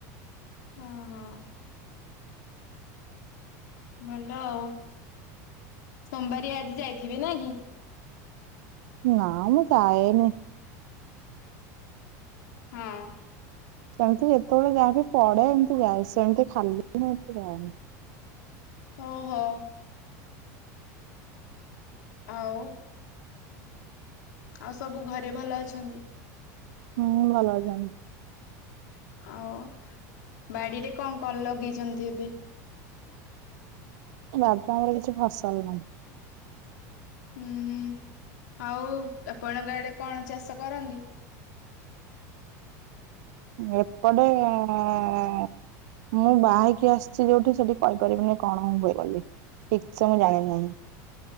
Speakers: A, on the left (about 85°); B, on the right (about 70°).
A: ହଁ ହଁ। ଭଲ ଆଉ, ସୋମବାରିଆ ଆଜି ଯାଇଥିବେ ନା କି?
B: ନା ମୁଁ ଯାଏନି।
A: ହଁ।
B: ସେମତି ଯେତେବେଳେ ଯାହାବି ପଡେ ଏମିତି ଯାଏ ସେମିତି ଖାଲି ଏତି ମୁଁ ଯାଏନି।
A: ଓ ହୋ। ଆଉ ଆଉ ସବୁ ଘରେ ଭଲ ଅଛନ୍ତି?
B: ହୁଁ ଭଲ ଅଛନ୍ତି।
A: ଆଉ ବାଡିରେ କଣ କଣ ଲଗେଇଛନ୍ତି ଏବେ?
B: ବାଡିରେ ଆମର କିଛି ଫସଲ ନାହିଁ।
A: ହୁଁ ହୁଁ, ଆଉ ଆପଣ ଆଡେ କଣ ଚାଷ କରନ୍ତି?
B: ଏପଟେ ଉଁ-ଉଁ-ଉଁ ମୁଁ ବାହା ହେଇକି ଆସିଛି ଯୋଉଠି ସେଠି କହିପାରିବିନି କଣ ହୁଏ ବୋଲି। ଠିକ ସେ ମୁଁ ଜାଣିନ ନାହିଁ